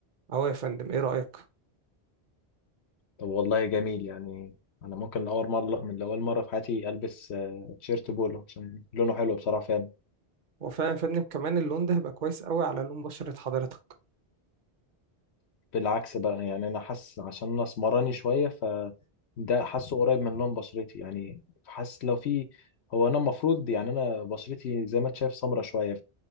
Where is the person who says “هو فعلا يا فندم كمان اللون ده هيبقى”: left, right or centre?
Right